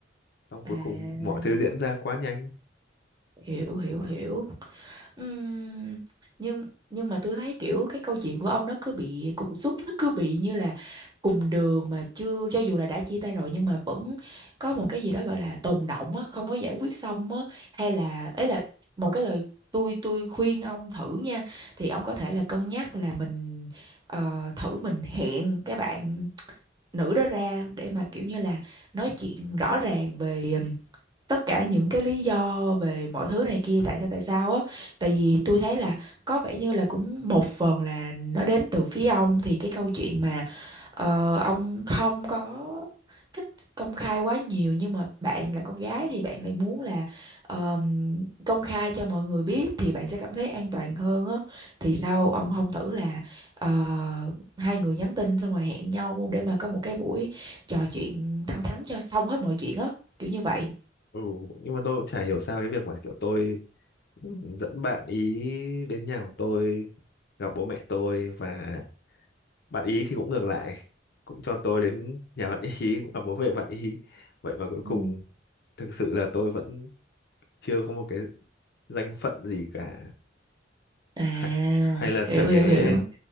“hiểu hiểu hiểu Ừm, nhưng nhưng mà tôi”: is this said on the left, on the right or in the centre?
Right